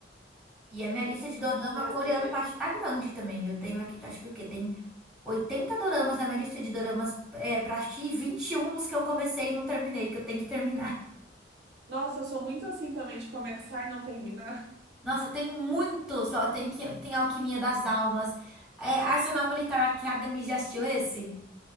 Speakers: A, in the centre; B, on the right.
A: E a minha lista de dorama
B: Que é
A: coreano
B: o chinês.
A: parte tá grande também. Eu tenho aqui, acho que o quê? Tem 80 doramas na minha lista de doramas é, pra assistir e 21 dos que eu comecei e não terminei, que eu tenho que terminar.
B: Nossa, eu sou muito assim também de começar e não terminar.
A: Nossa, tem muitos. Ó, tem, que, tem Alquimia das Almas. É, Arsenal Militar Academy, já assistiu esse?